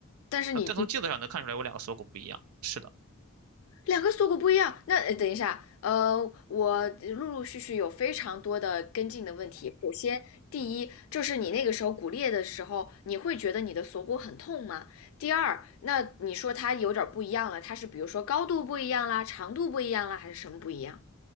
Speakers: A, on the left (about 70°); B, on the right (about 75°).
A: 但是你你
B: 呃但从镜子上能看出来我两个锁骨不一样，是的。
A: 两个锁骨不一样，那呃等一下，呃，我陆陆续续有非常多的跟进的问题。首先，第一，就是你那个时候骨裂的时候，你会觉得你的锁骨很痛吗？第二，那你说它有点儿不一样了，它是比如说高度不一样啦，长度不一样啦，还是什么不一样？